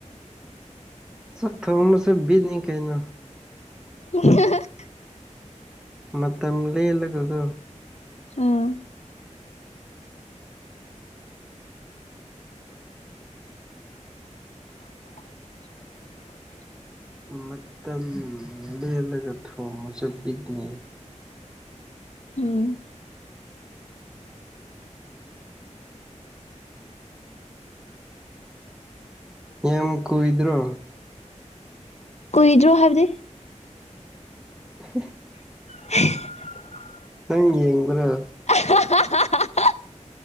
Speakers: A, in the centre; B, on the left.
A: ꯆꯥꯛ ꯊꯣꯡꯕꯁꯦ ꯕꯤꯠꯅꯤ ꯀꯩꯅꯣ
B: <unintelligible>
A: ꯃꯇꯝ ꯂꯦꯂꯒ ꯀꯣ
B: ꯎꯝ <unintelligible>
A: ꯃꯇꯝ ꯂꯦꯜꯂꯒ ꯊꯣꯡꯉꯁꯨ ꯕꯤꯠꯅꯤ
B: ꯎꯝ <inaudible>
A: ꯌꯥꯝ ꯀꯨꯏꯗ꯭ꯔꯣ
B: ꯀꯨꯏꯗꯔꯣ ꯍꯥꯏꯕꯗꯤ
A: <unintelligible>
B: <unintelligible>
A: ꯅꯪ ꯌꯦꯡꯕ꯭ꯔꯥ
B: <unintelligible>